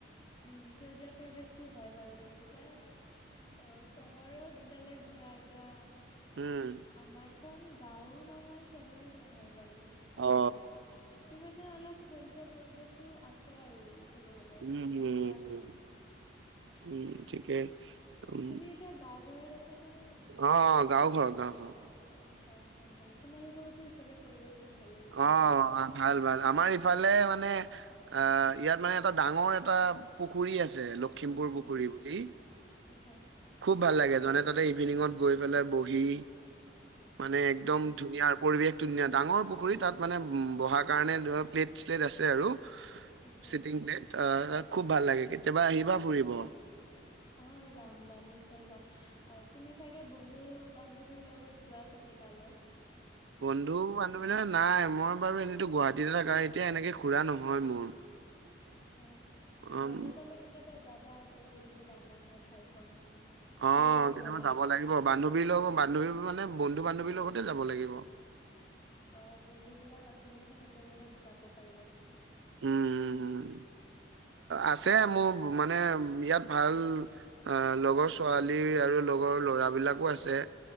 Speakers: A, on the left; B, on the right.
A: উম, সেউজীয়া পৰিৱেশটো হয় বাৰু বেছিকে অ, চহৰত বেলেগ ধৰা এতিয়া
B: উম।
A: আমাৰ খন গাও নহয় চহৰো নহয় বাৰু ক'ব
B: অ
A: গলে। কে মানে অলপ সেউজীয়া পৰিৱেশটো আছে আৰু ক'ব গলে।
B: উম উম,
A: ইমানো বেয়া নহয়
B: উম, ঠিকে। উম
A: তুমি এতিয়া গাঁও ঘৰত আছনে নে?
B: অ', গাঁও ঘৰত, গাঁও ঘৰত।
A: আচ্ছা, আচ্ছা ভালে। তোমালোকৰো ইফালে পৰিৱেশতো ভালেই। ঘুৰিবলে
B: অ', ভাল, ভাল আমাৰ ইফালে মানে আ, ইয়াত মানে এটা ডাঙৰ এটা পুখুৰী আছে খিমপুৰ
A: উম
B: পুখুৰী বুলি।
A: আচ্ছা
B: খুব ভাল লাগে যতে-ততে ইভিনিঙত গৈ পেলাই বহি। মানে একদম
A: অ
B: ধুনীয়াৰ পৰিৱেশটো ধুনীয়া ডাঙৰ পুখুৰীত তাত মানে উম বহাৰ কাৰণে ধৰ প্লেট-শ্লেট আছে আৰু,
A: আচ্ছা
B: চিটিং প্লেট। অ, খুব ভাল লাগে। কেতিয়াবা আহিবা ফুৰিব।
A: অ', যাম, যাম নিশ্চয় যাম, অ, তুমি চাগে বন্ধু বান্ধৱীৰ লগত যোৱা চাগে তালৈ?
B: <inaudible> বন্ধু বান্ধৱী লগত নাই। মই বাৰু এনেতো গুৱাহাটীত থাকা হয়, এতিয়া এনেকে ঘূৰা নহয় মোৰ।
A: আচ্ছা,
B: অ',
A: বন্ধ পালে কেতিয়াবা যাবা আকৌ নিজে ডাঙৰ হোৱা ঠাইখন।
B: অ',
A: ঘুৰিব লাগে
B: কেতিয়াবা
A: অলপ
B: যাব লাগিব, বান্ধৱীৰ লগত বান্ধৱী মানে বন্ধু বান্ধৱীৰ লগতে যাব লাগিব।
A: অ', বন্ধু বিলাক আছে নহয় সিহঁতৰ লগত যাব পাৰিবা।
B: উম, উম, উম, আছে মোৰ মানে বিৰাট ভাল আঁহ লগৰ ছোৱালী আৰু লগৰ ল'ৰাবিলাকো আছে।